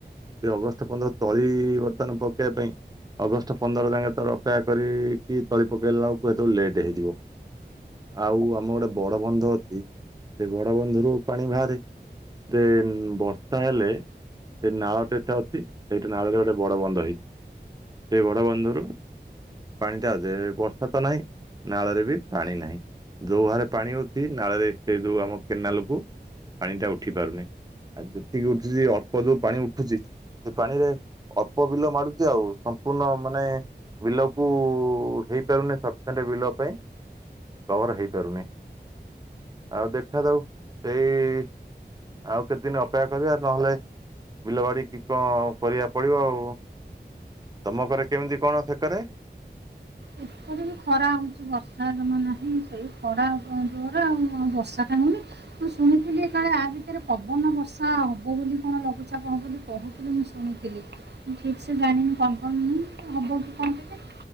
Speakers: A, on the right; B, on the right.
A: ସେ ଅଗଷ୍ଟ ପନ୍ଦର ତଳି ବର୍ତ୍ତମାନ ପକେଇବା ପାଇଁ ଅଗଷ୍ଟ ପନ୍ଦର ଯାଙ୍କେ ତ ଅପେକ୍ଷା କରିକି ତଳି ପକେଇଲା ବେଳକୁ ହେତେବେଳେ ଲେଟ୍ ହେଇଯିବ। ଆଉ ଆମ ଗୋଟେ ବଡ ବନ୍ଧ ଅଛି ସେ ବଡ ବନ୍ଧରୁ ପାଣି ବାହାରେ। ଦେନ୍ ବର୍ଷା ହେଲେ ସେଇ ନାଳଟେ ଏତେ ଅଛି ସେଇଠି ନାଳରେ ଗୋଟେ ବଡ ବନ୍ଧ ହେଇଚି ସେଇ ବଡ ବନ୍ଧରୁ ପାଣିଟା ଯେ ବର୍ଷା ତ ନାହିଁ ନାଳରେ ବି ପାଣି ନାହିଁ। ଯୋଉ ଭହାରେ ପାଣି ହଉଛି ନାଳରେ ସେ ଯୋଉ ଆମ କେନାଲକୁ ପାଣି ଟା ଉଠି ପାରୁନି। ଆଉ ଯେତିକି ଉଠୁଚି ଅଳ୍ପ ଯୋଉ ପାଣି ଉଠୁଚି ସେ ପାଣିରେ ଅଳ୍ପ ବିଲ ମାଡୁଚି ଆଉ ସମ୍ପୂର୍ଣ୍ଣ ମାନେ ବିଲକୁ ହେଇପାରୁନି ସପିସେଣ୍ଟ୍ ବିଲ ପାଇଁ। କଭର ହେଇପାରୁନି ଆଉ ଦେଖା ଯାଉ ସେଇ ଆଉ କେତେଦିନି ଅପେକ୍ଷା କରିବା ନହେଲେ ବିଲ ବାଡି କି କଣ କରିବାକୁ ପଡିବ ଆଉ ତମ ଘରେ କେମିତି କଣ କିଏ କରେ?
B: ଏଇଠି ବି ଖରା ହୋଉଚି ବର୍ଷା ଜମା ନାହିଁ ସେଇ ଖରା ଜୋରରେ ଆଉ ବର୍ଷା କାଇଁ ହଉନି। ମୁଁ ଶୁଣିଥିଲି କାଳେ ଆ ଭିତରେ ପବନ ବର୍ଷା ହବ ବୋଲି କଣ ଲଘୁଚାପ ହବ ବୋଲି କହୁ ମୁଁ ଶୁଣିଥିଲି ଠିକ୍ ସେ ଜାଣିନି କନଫର୍ମ ନାହିଁ ହବ କି କଣ କେଜାଣି?